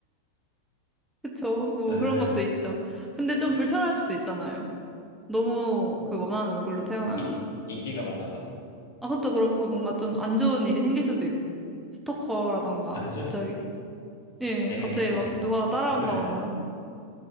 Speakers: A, in the centre; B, on the left.
A: 그쵸. 뭐
B: 에,
A: 그런 것도 있죠. 근데 좀 불편할 수도 있잖아요. 너무 그 원하는 얼굴로 태어나면.
B: 이- 인기가 많아서
A: 아, 그것도 그렇고 뭔가 좀 안 좋은 일이 생길 수도 있고. 스토커라던가
B: 안
A: 뭐
B: 좋은
A: 갑자기 예,
B: 에이
A: 갑자기 막 누가
B: 그,
A: 따라온다거나.
B: 그럴